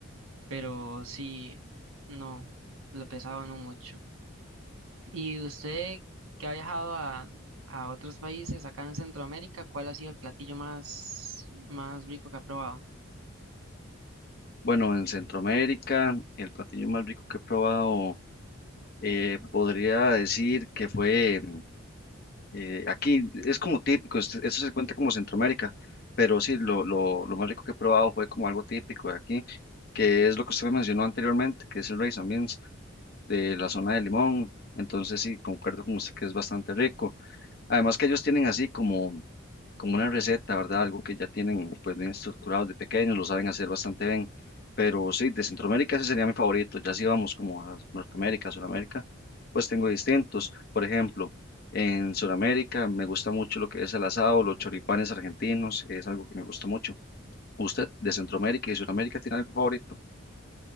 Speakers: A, on the right; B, on the left.
A: pero sí, no, lo pesado no mucho. ¿Y usted que ha viajado a, a otros países acá en Centroamérica, cuál ha sido el platillo más, más rico que ha probado?
B: Bueno, en Centroamérica, el platillo más rico que he probado, eh, podría decir que fue Eh, aquí es como típico, es- eso se cuenta como Centroamérica, pero sí, lo, lo, lo más rico que he probado fue como algo típico de aquí, que es lo que usted me mencionó anteriormente, que es el rice and beans de la zona de Limón. Entonces sí, concuerdo con usted que es bastante rico. Además que ellos tienen así como, como una receta, ¿verdad? Algo que ya tienen pues bien estructurado de pequeños, lo saben hacer bastante bien. Pero sí, de Centroamérica ese sería mi favorito. Ya si vamos como a Norteamérica, Sudamérica, pues tengo distintos. Por ejemplo, en Sudamérica me gusta mucho lo que es el asado, los choripanes argentinos, es algo que me gusta mucho. ¿Usted de Centroamérica y Sudamérica tiene algo favorito?